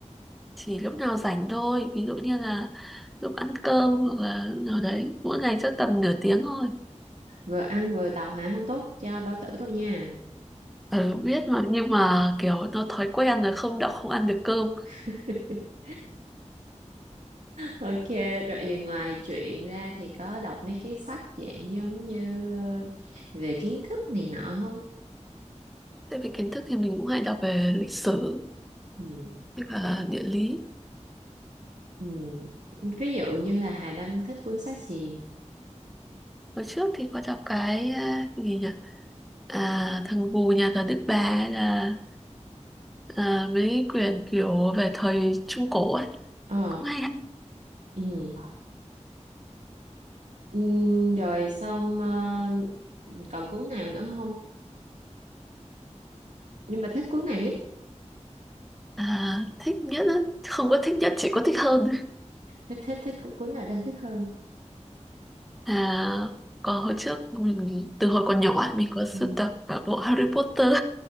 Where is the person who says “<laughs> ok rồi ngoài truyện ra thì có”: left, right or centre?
Right